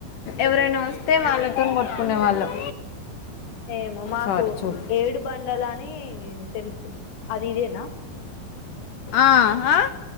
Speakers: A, on the left (about 70°); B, on the left (about 85°).
A: ఎవరైన వస్తే వాళ్ళ పత్తం కొట్టుకునే వాళ్ళం
B: ఏమో మాకు
A: సారీ చూడు
B: ఏడు బండలనీ తెలుసు అది ఇదేన
A: ఆ ఆ